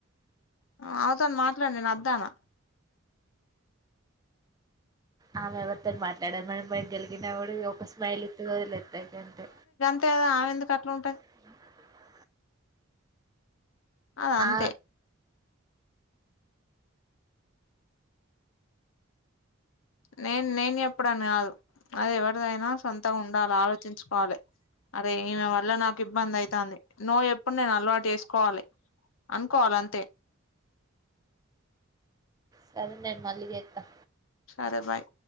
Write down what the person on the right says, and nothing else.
ఆమె ఎవరితో మాట్లాడారు మనం పోయి గెలిగిన కుడ ఒక స్మైల్ ఇత్ వదిలేతది అంతే
అ
ఆ
సరే నేను మళ్ళీ చెత